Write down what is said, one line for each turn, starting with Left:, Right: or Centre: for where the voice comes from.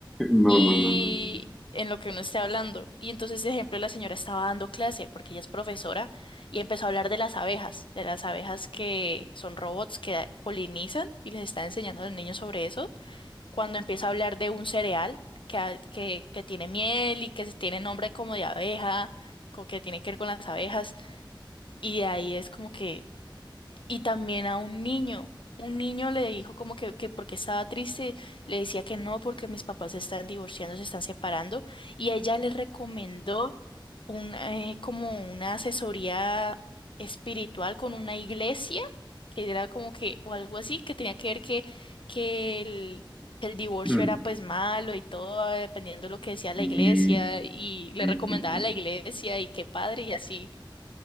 Centre: No,
Left: y
Centre: no, no, no.
Left: en lo que uno esté hablando. Y entonces, ejemplo, la señora estaba dando clase porque ella es profesora y empezó a hablar de las abejas, de las abejas que son robots que polinizan y les está enseñando a los niños sobre eso. Cuando empieza a hablar de un cereal que, ha- que, que tiene miel y que se tiene nombre como de abeja, co- que tiene que ver con las abejas, y de ahí es como que y también a un niño. Un niño le dijo como que, que porque estaba triste, le decía que no, porque mis papás se están divorciando, se están separando, y ella le recomendó un, eh, como una asesoría espiritual con una iglesia, que era como que, o algo así, que tenía que ver que, que el, que el divorcio
Centre: <clears throat>
Left: era pues malo y todo, dependiendo de lo que decía la
Centre: Y,
Left: iglesia, y le
Centre: sí,
Left: recomendaba
Centre: sí, sí.
Left: a la iglesia y qué padre, y así.